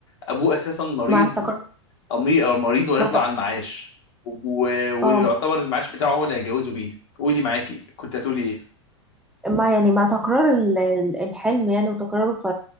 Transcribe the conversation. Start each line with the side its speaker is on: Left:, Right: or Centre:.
Left: ابوه اساسا مريض
Centre: مع تكرار
Left: أمي... أو مريض وهيطلع
Centre: مع تك...
Left: على المعاش و... ويعتبر
Centre: اه
Left: المعاش بتاعه هو اللي هيتجوزه بيه قولي معاكي كنت هتقولي ايه
Centre: مع يعني مع تكرار ال- ال- الحلم يعني وتكراره